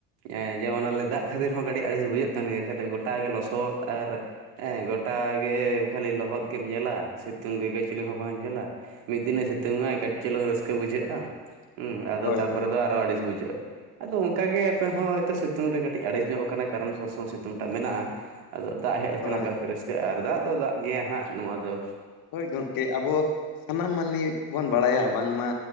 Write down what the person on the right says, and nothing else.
ᱮᱸ ᱡᱮᱢᱚᱱ ᱟᱞᱮ ᱫᱟᱜ ᱠᱷᱟᱹᱛᱤᱨ ᱦᱚᱸ ᱠᱟᱹᱴᱤᱡ ᱟᱹᱲᱤᱥ ᱵᱩᱡᱷᱟᱹᱜ ᱠᱟᱱ ᱜᱮᱭᱟ ᱠᱷᱟᱹᱞᱤ ᱜᱚᱴᱟ ᱜᱮ ᱞᱚᱥᱚᱫ ᱟᱨ ᱮᱸ ᱜᱚᱴᱟ ᱜᱮ ᱠᱷᱟᱹᱞᱤ ᱞᱚᱦᱚᱫ ᱜᱮᱢ ᱧᱮᱞᱟ, ᱥᱤᱛᱩᱝ ᱜᱮ ᱠᱟᱹᱡ ᱪᱩᱞᱩᱝ ᱦᱚᱸ ᱵᱟᱢ ᱧᱮᱞᱟ᱾ ᱢᱤᱫ ᱫᱤᱱᱮ ᱥᱤᱛᱩᱝ ᱟᱭ ᱠᱟᱹᱴᱤᱡ ᱪᱩᱞᱩᱝ ᱨᱟᱹᱥᱠᱟᱹ ᱵᱩᱡᱷᱟᱹᱜ-ᱟ᱾ ᱦᱩᱸ ᱟᱫᱚ
ᱛᱟᱨᱯᱚᱨᱮ
ᱫᱚ ᱟᱨᱚ ᱟᱲᱤᱥ ᱵᱩᱡᱷᱟᱹᱜᱼᱟ᱾ ᱟᱫᱚ ᱚᱱᱠᱟ ᱜᱮ ᱟᱯᱮ ᱦᱚᱸ ᱦᱚᱭᱛᱚ ᱥᱤᱛᱩᱝ ᱨᱮ ᱠᱟᱹᱴᱤᱡ ᱟᱲᱤᱥ ᱧᱚᱜ ᱠᱟᱱᱟ ᱠᱟᱨᱚᱱ ᱥᱚᱵᱽ ᱥᱚᱢᱚᱭ ᱥᱤᱛᱩᱝ ᱴᱟᱜ ᱢᱮᱱᱟᱜᱼᱟ, ᱟᱫᱚ ᱫᱟᱜ ᱦᱮᱡ ᱞᱮᱠᱷᱟᱱ
ᱟᱯᱮ ᱦᱚᱸ ᱯᱮ ᱨᱟᱹᱥᱠᱟᱹᱜᱼᱟ, ᱟᱨ ᱫᱟᱜ ᱫᱚ ᱫᱟᱜ ᱜᱮᱭᱟ ᱦᱟᱸᱜ ᱱᱚᱣᱟ ᱫᱚ